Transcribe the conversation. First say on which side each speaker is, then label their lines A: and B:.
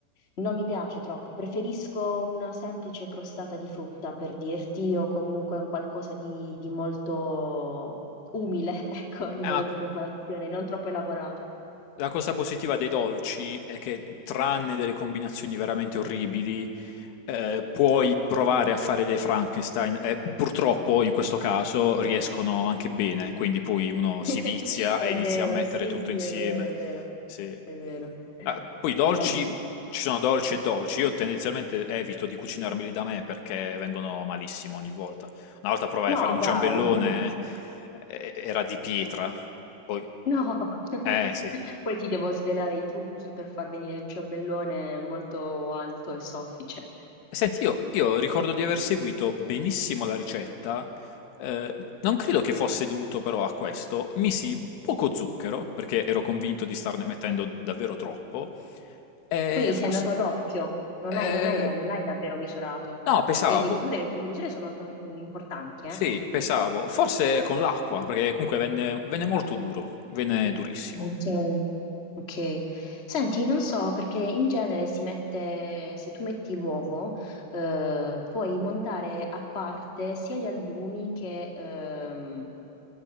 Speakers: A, on the left; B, on the left.
A: Non mi piace troppo, preferisco una semplice crostata di frutta per dirti, o comunque un qualcosa di, di molto umile, <laughs> ecco, a livello
B: Eh, ma
A: di preparazione, non troppo elaborato.
B: La cosa positiva dei dolci è che, tranne delle combinazioni veramente orribili, eh, puoi provare a fare dei Frankenstein e purtroppo in questo caso riescono anche bene, quindi poi uno
A: <laughs>
B: si vizia
A: È
B: e inizia
A: vero,
B: a mettere
A: sì,
B: tutto
A: sì,
B: insieme.
A: è vero, è vero,
B: Sì.
A: è vero.
B: Ah, poi i dolci,
A: Ma-
B: ci sono dolci e dolci, io tendenzialmente evito di cucinarmeli da me perché vengono malissimo ogni volta. Una volta provai
A: No,
B: a fare un
A: dai,
B: ciambellone,
A: <laughs>
B: eh, era di pietra, poi...
A: no. <laughs>
B: Eh sì.
A: Poi ti devo svelare i trucchi per far venire il ciambellone molto alto e soffice.
B: Senti, io, io ricordo di aver seguito benissimo la ricetta, eh, non credo che fosse dovuto però a questo, misi poco zucchero, perché ero convinto di starne mettendo davvero troppo, e
A: Quindi
B: forse...
A: sei andato ad occhio, non
B: eh,
A: hai, non hai- non l'hai davvero misurato,
B: no, pesavo,
A: perché le misure, le misure sono to- mm, importanti,
B: sì,
A: eh?
B: pesavo, forse con l'acqua, perché comunque venne, venne molto duro, venne durissimo.
A: Ok. Ok. Senti, non so, perché in genere si mette, se tu metti l'uovo, eh, puoi montare a parte sia gli albumi che, ehm,